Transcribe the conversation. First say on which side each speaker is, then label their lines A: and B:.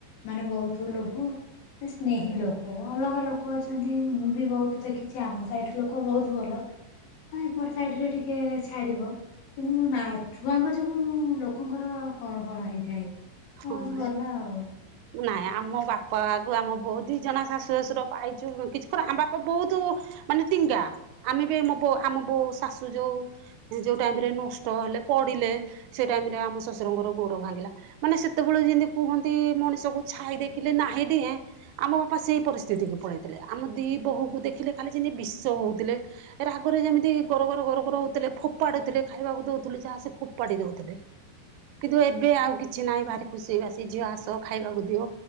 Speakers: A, on the left; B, on the right.
A: ମାନେ ବହୁତୁ ଲୋଭ ସେ ସ୍ନେହୀ ଲୋକ। ଅଲଗା ଲୋକ ଅଛନ୍ତି ମୁଁ ବି ବହୁତ ଦେଖିଛି ଆମ ସାଇଟ୍ ଲୋକ ବହୁତ ଭଲ ହଁ ଏପଟ୍ ସାଇଟ୍ ରେ ଟିକେ ଛାଡିବ। କିନ୍ତୁ ନା ଛୁଆଙ୍କ ଯୋଗୁଁ ଲୋକଙ୍କର କଣ କଣ ହେଇଥାଏ।
B: ହଁ
A: ବହୁତ ଭଲ
B: ଏ।
A: ଆଉ
B: ନାଇଁ ଆମ ବାପା ଆଗକୁ ଆମେ ବହୁ ଦି ଜଣ ଶାଶୁର ଶ୍ୱଶୁର ପାଇଛୁ କିଛି କ ଆମ ବାପା ବହୁତୁ ମାନେ ଟିଙ୍ଗା ଆମେ ବି ଏ ମବ-ଆମ ବୋଉ ଶାଶୁ ଯୋଉ ଯୋଉ ଟାଇମ୍ ରେ ନଷ୍ଟ ହେଲେ ପଡିଲେ ସେ ଟାଇମ୍ ରେ ଆମ ଶଶୁରଙ୍ଗର ଗୋଡ ଭାଙ୍ଗିଲା ମାନେ ସେତେବେଳେ ଯେମିତି କୁହନ୍ତି ମଣିଷକୁ ଛାଇ ଦେଖିଲେ ନାହି ଡିଏଁ ଆମ ବାପା ସେଇ ପରିସ୍ଥିତିକୁ ପଳେଇଥିଲେ, ଆମ ଦି ବୋହୂ କୁ ଦେଖିଲେ ଖାଲି ଯେମିତି ବିଷ ହଉଥିଲେ। ଏ ରାଗରେ ଯେମିତି ଗର ଗର ଗରଗର ହଉଥିଲେ ଫୋପାଡୁଥିଲେ ଖାଇବାକୁ ଦଉଥିଲୁ ଯାହା ସେ ଫୋପାଡି ଦଉଥିଲେ। କିନ୍ତୁ ଏବେ ଆଉ କିଛି ନାହିଁ ଭାରି ଖୁସି ବାସି ଝିଅ ଆସ ଖାଇବାକୁ ଦିଅ।